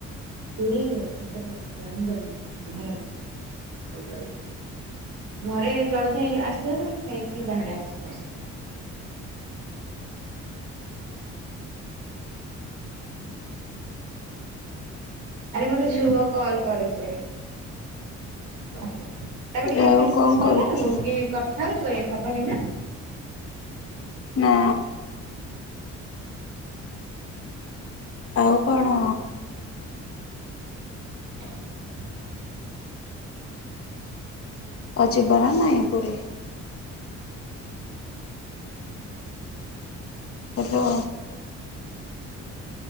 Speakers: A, on the right; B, on the left.
A: ପୁରି ଛୋଟ ଗରମ ଗରମ ବଢ଼ିଆ ଲାଗୁଚି। ଘରେ ଜଣେ କେ ଆସେ ଖାଇକି ବାହାରେ ଆସିଚି ପ୍ର ଆରେ ମତେ ଝୁଅ କଲ କରୁଚି। ତାକୁ ଟିକେ
B: ଆଉ
A: ମେସେଜ
B: କଣ କରୁଛୁ?
A: କରଦବୁ କି କଥା ହଉଚୁ ବୋଲି ହବନି ନା?
B: ନା। ଆଉ କଣ?
A: <inaudible>
B: ଆଉ ଜୀବାନା ନାଇ Puri? Hello.